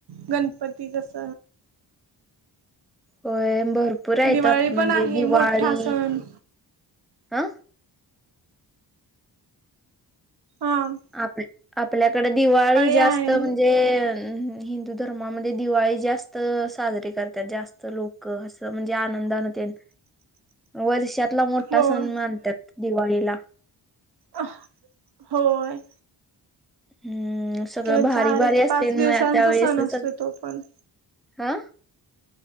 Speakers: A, on the right; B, in the centre.
A: गणपती कस
B: होय, भरपूर आहेत
A: दिवाळी
B: आप- म्हणजे
A: पण आहे
B: दिवाळी
A: मोठा सण
B: आ
A: आम
B: आप- आपल्याकड दिवाळी जास्त
A: आहे
B: म्हणजे हम्म हिंदू धर्मामध्ये दिवाळी जास्त साजरीे करत्यात जास्त लोकं म्हणजे आनंदाने तेन.
A: <inaudible>
B: वर्षातला मोठा
A: होय
B: सण मानत्यात दिवाळीला.
A: अ <unintelligible> होय.
B: हम्म सगळ
A: किंवा
B: भारी-
A: चार
B: भारी
A: एक
B: असतय
A: पाच दिवसांचा
B: म त्याच्यावेळी
A: सण
B: अस
A: असतो
B: सगळ
A: तो पण
B: हा